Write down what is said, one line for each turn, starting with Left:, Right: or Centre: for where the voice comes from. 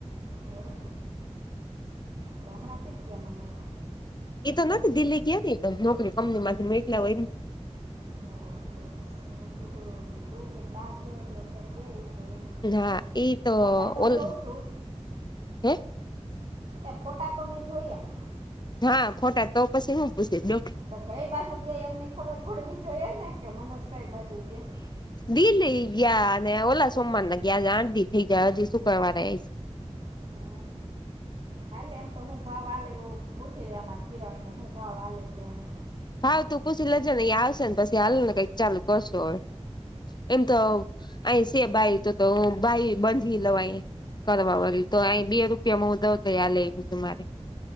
Right: હલો તો હમણાં સિધ ગયા
Left: એ તો નથી દિલ્હી ગયા ને ઇ તો નોકરી કંમની માથી મેકલા હોય ને.
Right: હ બસ મે કીધું ત કેક <inaudible> બાર કે એટ કે ગ છે એમ
Left: હા ઈ
Right: ફોટા તો
Left: ઓલ
Right: જોઉં શું.
Left: હે
Right: એ ફોટા તો મેં જોયા.
Left: હા ખોટા તો પછી હું પૂછીઉ
Right: પણ કઈ બાજુ ગયા એમને ખબર પડવી જોઈએ ને કે મનોજ કઈ બાજુ ગયા
Left: દિલ્હી ગયા અને ઓલા સોમવાર ના ગયા આજ આઠ દી થઇ જાહે હજી શુક્રવારે એ
Right: હા. હાલે એમ તો હું ભાવ વાલે એવું પૂછી લે અમારા કિરણ ને હું ભાવ હાલે છે અને
Left: હા તું પૂછી લેજે ને એયા આવશે ને પછી હાલ ને કંઈક ચાલુ કરશો હવે એમ તો આહી શે બાઈ તો તો બાઈ બાંધવી લવાય કરવા વાળી તો અહી બે રૂપિયામાં હુ દઉ તો આલેે એ મારે.